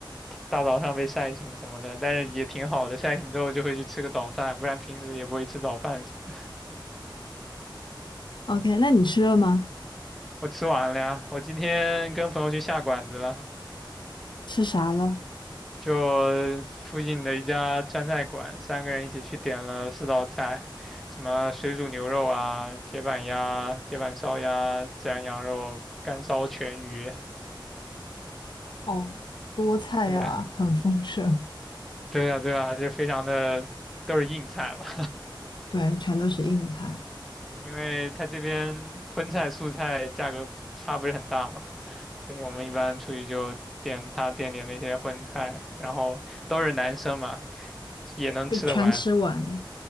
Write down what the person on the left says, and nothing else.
，OK，那你吃了吗？
吃啥了？
哦，多菜啊，
很丰盛，
对，全都是硬菜。
被全吃完了。